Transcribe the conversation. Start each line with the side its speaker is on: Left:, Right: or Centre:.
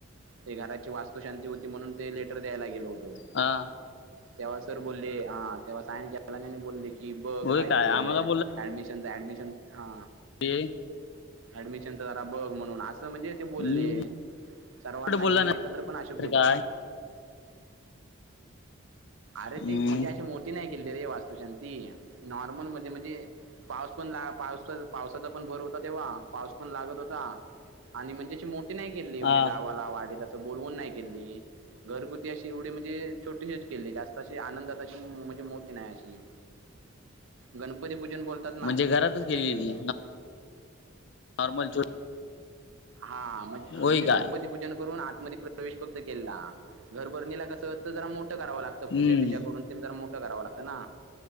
Right: ते घराची वास्तु शांती होती म्हणून ते लेटर द्यायला गेलो होतो.
Left: हा
Right: तेव्हा सर बोलले. हा तेव्हा साईन केला नाही बोलले की, कि बघ
Left: होय
Right: काय ते
Left: आम्हाला
Right: ऍडमिशन ऍडमिशन हा
Left: ते
Right: ऍडमिशनच जरा बघ म्हणून असं म्हणजे ते बोलले,
Left: हम्म
Right: सर्वांना
Left: कुठे बोलला
Right: घेऊन
Left: ना
Right: एकत्र पण असे बोल
Left: तर काय
Right: अरे
Left: हम्म
Right: ते म्हणजे अशी मोठी नाही केलती रे वास्तुशांती नॉर्मल मध्ये म्हणजे, पाऊस पण हा पाऊस पावसाचा पण भर होता. तेव्हा पाऊस पण लागत होता. आणि म्हणजे अशी मोठी नाही केली
Left: हा
Right: म्हणजे गावाला वाडीला बोलवून नाही केली. घरगुती अशी एवढी म्हणजे छोटीशी केली. जास्त अशी आनंदात अशी म्हणजे मोठी नाही अशी गणपती पूजन बोल तात ना
Left: म्हणजे घरातच केलेली
Right: ते केल.
Left: नॉर्मल छो
Right: हा म्हणजे
Left: होय
Right: म्हणजे
Left: काय
Right: गणपती पूजन करून आतमध्ये परत प्रवेश फक्त केला. घरभरणीला कसं होत जरा मोठं करावं लागतं.
Left: हम्म
Right: पूजा बीजा करुन तेन जरा मो ठ कराव लागत ना.